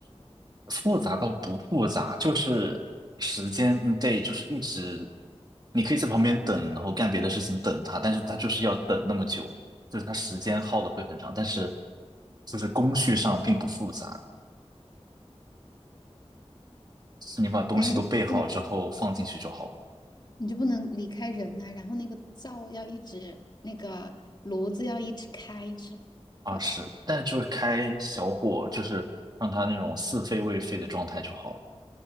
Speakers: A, on the right; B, on the left.
A: 复杂到不复杂，就是时间，嗯，对，就是一直，你可以在旁边等，然后干别的事情等它，但是它就是要等那么久，就是它时间耗的会很长，但是就是工序上并不复杂，就是你把东西都备好之后放进去就好了。
B: 但是就不能，你就不能离开人呐、然后那个灶要一直，那个炉子要一直开着，
A: 啊，
B: 对吧？
A: 是，但就是开小火，就是让它那种似沸未沸的状态就好了，